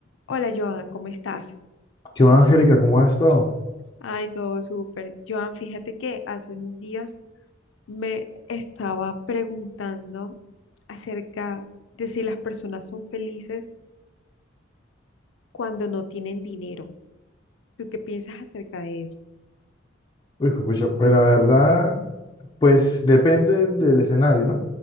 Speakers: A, on the left (about 75°); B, on the left (about 25°).
A: Hola Joan, ¿cómo estás?
B: ¿Qué va, Angélica? ¿Cómo has estado?
A: Ay, todo súper. Joan, fíjate que hace unos días me estaba preguntando acerca de si las personas son felices cuando no tienen dinero. ¿Tú qué piensas acerca de eso?
B: Uy, juepucha, pues la verdad, pues depende del escenario, ¿no?